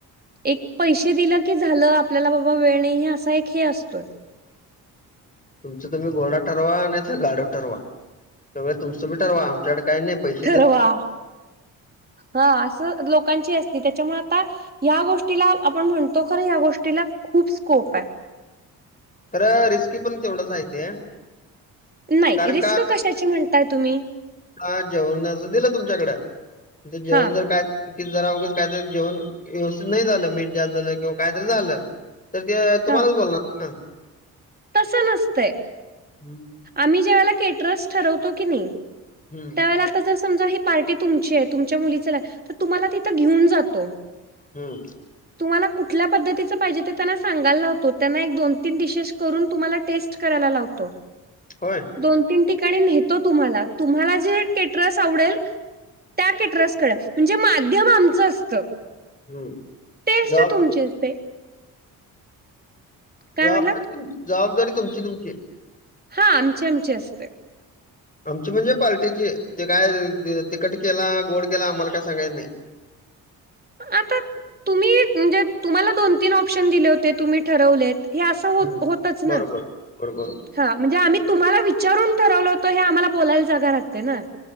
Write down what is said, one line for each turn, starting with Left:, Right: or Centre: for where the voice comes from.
Right: एक पैसे दिलं की झालं आपल्याला बाबा वेळ,, नाही सा एक हे असतोय
Left: तुमच तुम्ही घोडा ठरवा आणि, गाढव ठरवा सगळं तुमचं मी ठरवा आमच्याकडडे काही नाही पैसे
Right: ठरवा हा असं लोकांची असती त्याच्यामुळे आता या गोष्टीला आपण म्हणतो खर या गोष्टीला खूप स्कोप आहे
Left: खरं रिस्की पण तेवढंच आहे ते
Right: नाही
Left: कारण
Right: रिस्क कशाची म्हणताय तुम्ही
Left: ह जेवणाच दिलं तुमच्याकडे ते जेवण
Right: हा
Left: जर काय की जरा अगघंच काहीतरी जेवण व्यवस्थित नाही झालं मीठ जास्त झालं किंवा काहीतरी झालं तर ते तुम्हालाच
Right: हा
Left: बोलणार
Right: तसं नसतंय
Left: ना
Right: आम्ही, जेवायला केटरस ठरवतो की नाही
Left: हम्म
Right: तर आता जर समजा ही पार्टी तुमची आहे तुमच्या मुलीच तर तुम्हाला तिथं घेऊन जातो
Left: हम्म
Right: तुम्हाला कुठल्या पद्धतीचं पाहिजे ते त्यांना सांगायला लावतो त्यांना एक दोन तीन डिशेस करून तुम्हाला टेस्ट करायला लावतो
Left: होय
Right: दोन तीन ठिकाणी नेतो तुम्हाला तुम्हाला केटरस आवडेल त्या केटरस कडे म्हणजे माध्यम आमचं असतं
Left: हम्म
Right: टेस्ट
Left: जा
Right: तुमची असते काय
Left: जबाबदारी
Right: म्हटलात?
Left: तुम जबाबदारी तुमची तुमची
Right: हा आमची आमची असते
Left: आमची म्हणजे पार्टीची ते काय तिकट केला गोड केला आम्हाला काय सांगायच नाही
Right: आता तुम्ही म्हणजे तुम्हाला दोन तीन ऑप्शन दिले होते तुम्ही ठरवलेत हे असं होत
Left: हम्म
Right: होतच ना
Left: बरोबर बरोबर बरोबर
Right: हा म्हणजे आम्ही तुम्हाला विचारून ठरवल होतं हे आम्हाला बोलायला जागा राहते ना